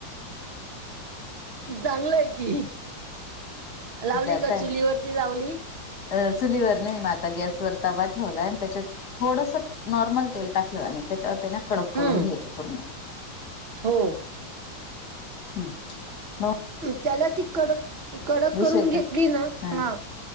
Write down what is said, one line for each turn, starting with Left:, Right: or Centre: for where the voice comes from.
Right: चांगला आहे की, लावली
Left: आता
Right: का चुलीवररती लावली.
Left: अ चुलीवर नाही म आता गॅसवर तवा ठेवलाय आणि त्याच्यात थोडसा नॉर्मल तेल टाकलं आणि त्याच्यावर त्याना कडक
Right: हम्म
Left: करून घ्यायचे पूर्ण.
Right: हो.
Left: हम्म बाऊ
Right: त्याला ती कडक कडक
Left: विषय
Right: करून घेतली
Left: का
Right: ना
Left: हा
Right: मा